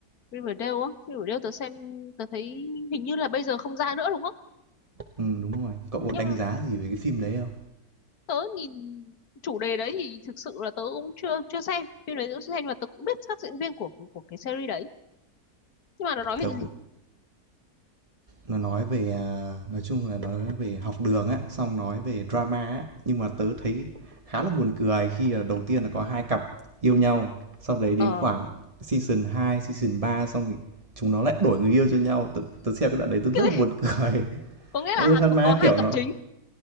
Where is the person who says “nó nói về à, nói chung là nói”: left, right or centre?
Right